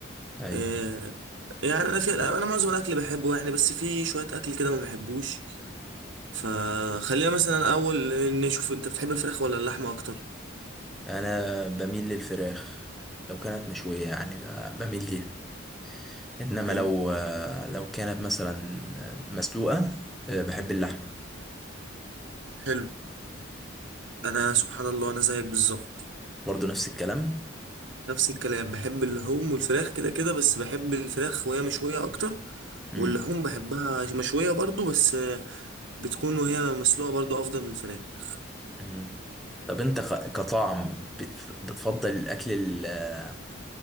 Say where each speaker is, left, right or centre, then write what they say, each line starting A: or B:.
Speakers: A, in the centre; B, on the right.
A: ايوه
B: إيه يعني انا في انا معظم الاكل بحبه يعني بس في شوية اكل كده ما بحبوش فخلينا مثلا اول نشوف انت بتحب الفراخ ولا اللحمة اكتر
A: انا بميل للفراخ لو كانت مشوية يعني ب- بميل ليها انما
B: حلو
A: لو آه، لو كانت مثلا آه، مسلوقه آه، بحب اللحمه
B: حلو انا سبحان الله انا زيك بالظبط
A: برضه نفس الكلام
B: نفس الكلام بحب اللحوم والفراخ كده كده بس بحب الفراخ وهي مشوية أكتر
A: مم.
B: واللحوم بحبها مشوية برضو بس آه، بتكون وهي مسلوقة برضو أفضل من الفراخ
A: مم. طب انت ك- كطعم بتف- بتفضل الاكل ال- آه،